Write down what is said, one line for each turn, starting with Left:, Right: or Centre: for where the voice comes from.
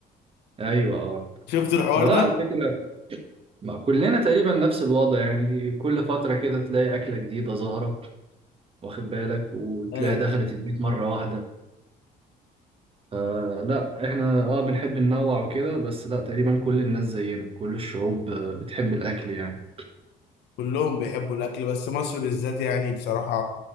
Right: ايوه اه
Left: شفت الحوار
Right: فلا
Left: ده
Right: على فكرة ما كلنا تقريبا نفس الوضع يعني كل فترة كده تلاقي أكلة جديدة ظاهرة واخد بالك وتلاقيها
Left: ايوه
Right: دخلت البيت مرة واحدة فلا احنا اه بنحب ننوع وكده بس لا تقريبا كل الناس زينا كل الشعوب آه، بتحب الأكل يعني
Left: كلهم بيحبوا الاكل بس مصر بالذات يعني بصراحه